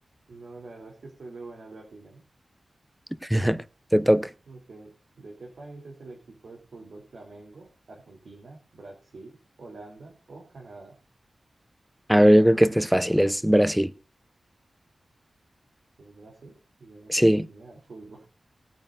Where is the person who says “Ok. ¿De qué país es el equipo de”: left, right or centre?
Right